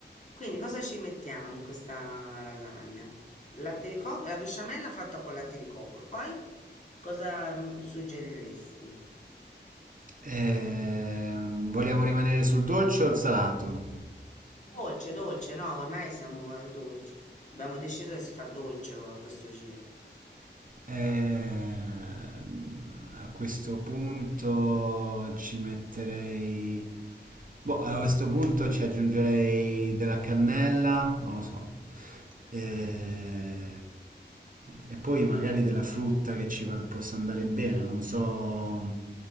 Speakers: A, on the left; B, on the right.
A: Quindi cosa ci mettiamo in questa lasagna? Latte di cocco, la besciamella fatta con latte di cocco. E poi cosa mm, suggeriresti?
B: Ehm, vogliamo rimanere sul dolce o il salato?
A: Dolce, dolce, no, ormai siamo al dolce. Abbiamo deciso che si fa dolce a questo giro.
B: Ehm, a questo punto ci metterei... Boh, a questo punto ci aggiungerei della cannella, non lo so. Eh, E poi magari della frutta che ci va- possa andare bene, non so...